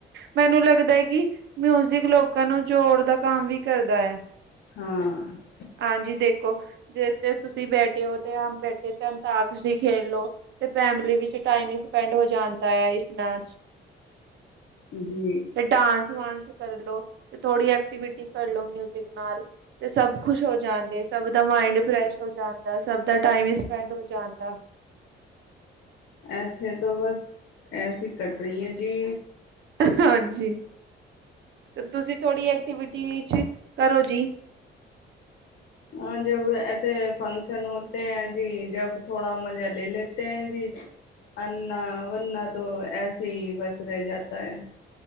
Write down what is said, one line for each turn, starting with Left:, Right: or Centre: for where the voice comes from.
Right: ਮੈਨੂੰ ਲੱਗਦਾ ਐ ਕੀ ਮਿਊਜ਼ਿਕ ਲੋਕਾਂ ਨੂੰ ਜੋੜ ਦਾ ਕੰਮ ਵੀ ਕਰਦਾ ਐ।
Left: ਹਾਂ।
Right: ਹਾਂਜੀ, ਦੇਖੋ ਜੇ ਤੇ ਤੁਸੀਂ ਬੈਠੇ ਹੋ ਤੇ ਹਮ ਬੈਠੇ ਤੇ ਅੰਤਾਕਸੀ ਖੇਲ ਲੋ। ਤੇ ਫੈਮਲੀ ਵਿੱਚ ਟਾਈਮ ਈ ਸਪੈਂਡ ਹੋ ਜਾਂਦਾ ਐ ਇਸ ਨਾਲ।
Left: ਜੀ।
Right: ਤੇ ਡਾਂਸ ਵਾਂਸ ਕਰਲੋ, ਤੇ ਥੋੜੀ ਐਕਟੀਵਿਟੀ ਕਰਲੋ ਮਿਊਜਿਕ ਨਾਲ ਤੇ ਸਭ ਖੁਸ਼ ਹੋ ਜਾਂਦੇ। ਸਭ ਦਾ ਮਾਇੰਡ ਫਰੈਸ਼ ਹੋ ਜਾਂਦਾ, ਸਭ ਦਾ ਟਾਈਮ ਸਪੈਂਡ ਹੋ ਜਾਂਦਾ।
Left: ਇੱਥੇ ਤੋਂ, ਬਸ ਐਸੀ ਕਟ ਰੀ ਐ ਜੀ।
Right: ਹਾਂਜੀ, ਤੇ ਤੁਸੀਂ ਥੋੜ੍ਹੀ ਐਕਟੀਵਿਟੀ ਵਿੱਚ ਕਰੋ ਜੀ।
Left: ਹਾਂ, ਜਬ ਐਥੇ ਫੰਕਸ਼ਨ ਹੋਤੇ ਹੈ ਜੀ ਜਬ ਥੋੜਾ ਮਜ਼ਾ ਲੇ ਲੇਤੇ ਹੈ ਜੀ। ਅੰਨਾ ਵਰਨਾ ਤੋਂ ਐਸੇ ਈ ਬਸ ਰੈ ਜਾਤਾ ਐ।